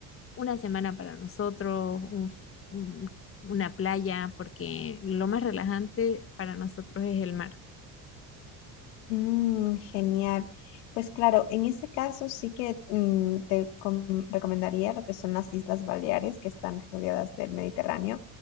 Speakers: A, on the left; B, on the left.
A: una semana para nosotros, un- un- una playa, porque lo más relajante para nosotros es el mar.
B: Mm, genial. Pues claro, en ese caso sí que mm, te com- recomendaría lo que son las Islas Baleares, que están rodeadas del Mediterráneo.